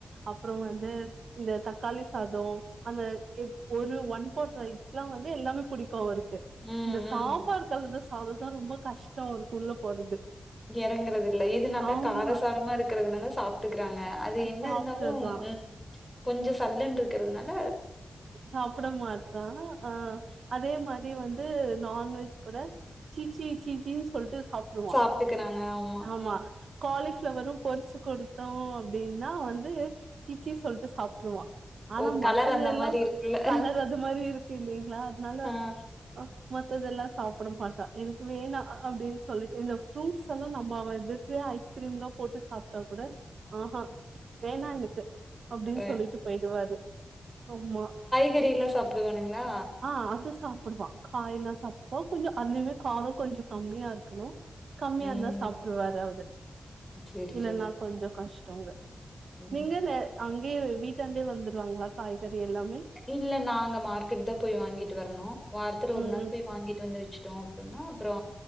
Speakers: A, on the right; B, in the centre.
A: அப்புறோ வந்து இந்த தக்காளி சாதோ ச்ச் அந்த ஒரு ஒன் பாட் ரைஸ்லா வந்து எல்லாமே புடிக்கு அவுருக்
B: ம்
A: <unintelligible>
B: ம்.
A: அதுதா ரொம்போ கஷ்டோ உள்ள போறது
B: எறங்குறது இல்ல இது நல்லா
A: ஆமா
B: காரசாரமா இருக்கறதுனால சாப்டுக்குறாங்க அது என்ன
A: சாப்ட்டுர்றா
B: இருந்தாலு ம் கொஞ்சு சல்லுன்ருக்கறதுனால
A: சாப்பிட மாட்டா அ அதே மா ரி வந்து நான்வெஜ் கூட சீச்சீ சீச்சீன் சொல்ட்டு சாப்ட்ருவா
B: சாப்ட்டுக்கிறாங்க.
A: ஆமா
B: அ.
A: காலீஃப் ஃப்ளவரு பொறிச்சு கொடுத்தோ அப்டினா வந்து சீச்சி சொல்ட்டு சாப்ட்டுருவா ஆனா
B: ஓ! கலர்
A: மத்தது
B: அந்த
A: எல்லா
B: மாரி இருக்குல்ல.
A: கலர் அது மாரி இருக்கு இல்லிங்ளா அத்னால
B: ஆ.
A: மத்த இதெல்லா சாப்புட மாட்டா எனக்கு வேணா அ அப்டின் சொல்லிட்டு இந்த ஃப்ரூட்ஸ் எல்லா நம்போ அவ எதுக்வே ஐஸ்கிரீம் லா போட்டு சாப்ட்டா கூட அ அ ச்ச் வேணா எனக்கு அப்டின்
B: அ.
A: சொல்லிட்டு போய்டுவாரு ஆமா
B: கறி எல்லா சாப்டுவானுங்ளா
A: ஆ அது சாப்புடுவா காயெல்லா சாப்புடுவா கொஞ்சோ அதுவே கார கொஞ்சு கம்மியா இருக்கனு கம்மியா
B: ம்.
A: இருந்தா சாப்ட்ருவாரு அவுரு
B: சரி,
A: இல்லன்னா
B: சரி, சரி.
A: கொஞ்சோ கஷ்டங்க
B: ம்.
A: நீங்க <unintelligible> அங் <unintelligible> வீட்டாண்டே வந்துருவாங்ளா காய்கறி எல்லாமே
B: இல்ல நாங்க மார்க்கெட் தா போய் வாங்கிட்டு வரனோ. வாரத்துல ஒரு
A: ம்
B: நாள் போய் வாங்கிட் வந்து வெச்சு டோ அப்பின்னா அப்றொ